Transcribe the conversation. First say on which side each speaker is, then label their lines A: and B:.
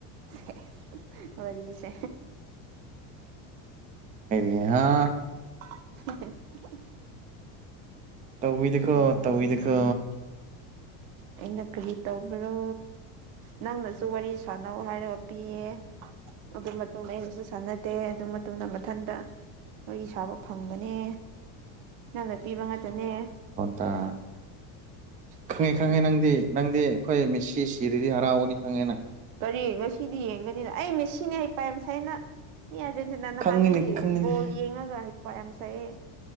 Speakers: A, on the right; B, on the right.
A: ꯁꯦꯁ ꯋꯥꯔꯤꯁꯦ
B: ꯌꯍꯥ
A: <unintelligible>
B: ꯇꯧꯋꯤꯗꯀꯣ
A: ꯊꯥꯕꯅꯦ
B: ꯇꯧꯋꯤꯗꯀꯣ
A: ꯑꯩꯅ ꯀꯔꯤ ꯇꯧꯕ꯭ꯔꯣ ꯅꯪꯅꯁꯨ ꯋꯥꯔꯤ ꯁꯥꯟꯅꯧ ꯍꯥꯏꯔꯒ ꯄꯤꯌꯦ ꯑꯗꯨ ꯃꯇꯨꯡꯗ ꯑꯩꯅꯁꯨ ꯁꯥꯟꯅꯗꯦ ꯑꯗꯨ ꯃꯇꯨꯡꯗ ꯃꯊꯟꯇ ꯋꯥꯔꯤ ꯁꯥꯕ ꯐꯪꯕꯅꯦ ꯅꯪꯅ ꯄꯤꯕ ꯉꯥꯛꯇꯅꯦ
B: ꯇꯥ ꯈꯪꯉꯦ ꯈꯪꯉꯦ ꯅꯪꯗꯤ ꯅꯪꯗꯤ ꯑꯩꯈꯣꯏ ꯃꯤꯁꯤ ꯁꯤꯔꯗꯤ ꯍꯔꯥꯎꯒꯅꯤ ꯈꯪꯉꯦ ꯅꯪ
A: ꯀꯔꯤ ꯉꯁꯤꯗꯤ ꯌꯦꯡꯒꯅꯤꯅ ꯑꯩ ꯃꯦꯁꯤꯅꯦ ꯍꯩ ꯄꯥ ꯌꯥꯝ ꯁꯥꯏꯑꯦ ꯅꯪ ꯃꯤ ꯑꯥꯔꯖꯦꯟꯇꯤꯅꯥ ꯅꯍꯥꯟꯗꯒꯤ
B: ꯈꯪꯉꯤꯅꯤ ꯈꯪꯉꯤꯅꯤ
A: ꯕꯣꯜ ꯌꯦꯡꯉꯒ ꯍꯩꯄ ꯌꯥꯝ ꯁꯥꯏꯌꯦ